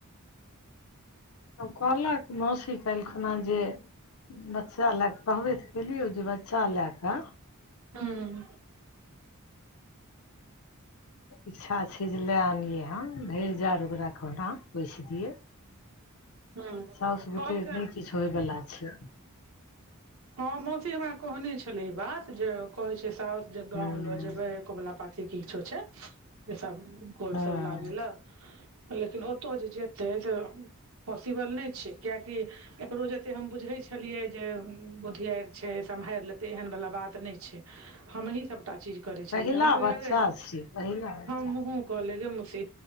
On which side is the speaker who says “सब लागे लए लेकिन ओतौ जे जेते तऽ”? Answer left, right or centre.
Right